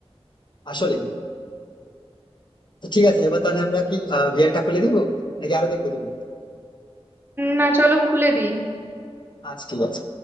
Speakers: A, on the left; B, on the right.
A: আসলে তো ঠিক আছে এবার তাহলে আমরা কি ভিআরটা খুলে দিব নাকি আরো দেখবে তুমি
B: না চলো খুলে দিই
A: আচ্ছা ঠিক আছে